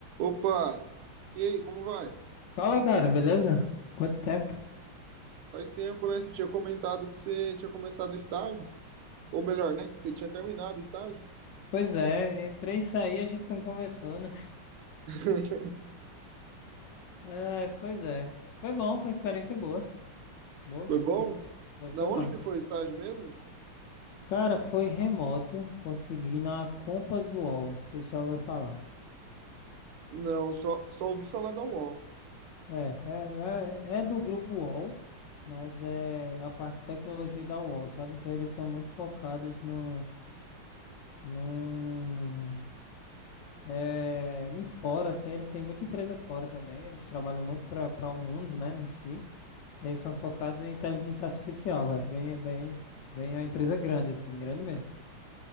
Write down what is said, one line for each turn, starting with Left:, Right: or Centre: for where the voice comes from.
Right: Opa! E aí, como vai?
Left: Fala, cara, beleza? Quanto tempo?
Right: Faz tempo, né? Você tinha comentado que você tinha começado o estágio. Ou melhor, né? Que você tinha terminado o estágio.
Left: Pois é, entrei e saí, a gente não conversou, né?
Right: <laughs>
Left: É, pois é. Foi bom, foi experiência boa. Boa mesmo,
Right: Foi bom?
Left: que foi, foi
Right: Da onde
Left: massa.
Right: que foi o estágio mesmo?
Left: Cara, foi remoto, consegui na Compass UOL, você já ouviu falar.
Right: Não, só, só ouvi falar da UOL.
Left: É, é, é, é do grupo UOL, mas é a parte de tecnologia da UOL, sabe? Então eles são muito focados no, num É, em fora, assim, eles têm muita empresa fora também. Eles trabalham muito para para o mundo, né, em si. Eles são focados em inteligência artificial, velho. Bem, bem, bem a empresa grande, assim, grande mesmo.